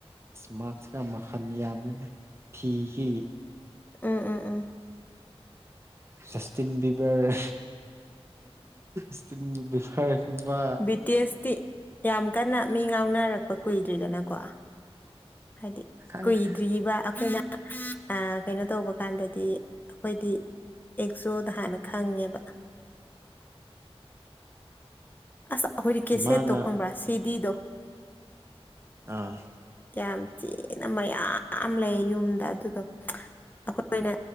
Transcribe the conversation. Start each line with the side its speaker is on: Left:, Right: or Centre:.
Right: ꯑꯁ ꯃꯥꯛꯁꯀ ꯃꯈꯟ ꯌꯥꯝꯃꯦꯗ ꯐꯤꯒꯤ꯫
Left: ꯑ ꯑ ꯑ꯫
Right: Justin Bieber. ꯁ꯭ꯇꯤꯟ ꯕꯤꯕꯔꯒꯨꯝꯕ꯫
Left: ꯕꯤ ꯇꯤ ꯑꯦꯁꯇꯤ ꯌꯥꯝ ꯀꯟꯅ ꯃꯤ ꯉꯥꯎꯅꯔꯛꯄ ꯀꯨꯏꯗ꯭ꯔꯤꯗꯅꯀꯣ ꯍꯥꯏꯗꯤ
Right: ꯈꯪꯗꯦ
Left: ꯀꯨꯏꯗ꯭ꯔꯤꯕ꯫ ꯑꯩꯈꯣꯏꯅ ꯑ ꯀꯩꯅꯣ ꯇꯧꯕ ꯀꯥꯟꯗꯗꯤ ꯑꯩꯈꯣꯏꯗꯤ ꯑꯦꯛꯖꯣꯅ ꯍꯥꯟꯅ ꯈꯪꯉꯦꯕ꯫ ꯑꯈꯣꯏꯗꯤ ꯀꯦꯁꯦꯠꯇꯣ
Right: ꯃꯥꯅ
Left: ꯈꯪꯕ꯭ꯔꯥ ꯁꯤꯗꯤꯗꯣ꯫
Right: ꯑꯥ
Left: ꯌꯥꯝ ꯊꯤꯅ ꯃꯌꯥꯝ ꯂꯩ ꯌꯨꯝꯗ ꯑꯗꯨꯗꯣ ꯑꯈꯣꯏꯅ